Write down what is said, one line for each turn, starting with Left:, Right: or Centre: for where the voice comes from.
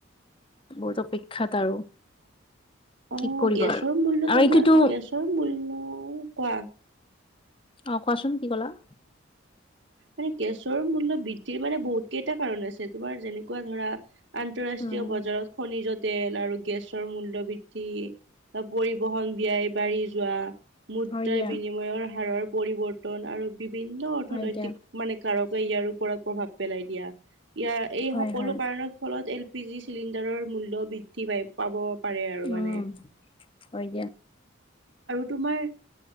Left: বহুত অপেক্ষাত আৰু।
Right: আহ
Left: কি কৰিবা
Right: গেছৰ
Left: আৰু
Right: মূল্য
Left: আৰু
Right: তাৰমাৰ
Left: এইটোতো
Right: গেছৰ মূল্য কোৱা।
Left: অ কোৱাচোন কি ক'লা?
Right: মানে গেছৰ মূল্য বৃদ্ধিৰ মানে বহুত কেইটা কাৰণ আছে তোমাৰ যেনে ধৰা আন্তৰাষ্ট্ৰীয়
Left: উম
Right: বজাৰত খনিজৰ তেল আৰু গেছ মূল্য বৃদ্ধি পৰিবহন ব্যয় বাঢ়ি যোৱা মুদ্ৰাৰ
Left: হয় দিয়া
Right: বিনিময়ৰ হাৰৰ পৰিৱৰ্তন আৰু বিভিন্ন অ
Left: হয়
Right: মানে
Left: দিয়া
Right: কাৰকে ইয়াৰ ওপৰত প্ৰভাৱ পেলাই দিয়া। ইয়াৰ এই
Left: হয়
Right: সকলো
Left: হয়
Right: কাৰণৰ ফলত এল পি জি চিলিণ্ডাৰৰ মূল্য বৃদ্ধি পাই পাব পাৰে আৰু
Left: উম
Right: মানে।
Left: হয় দিয়া
Right: তোমাৰ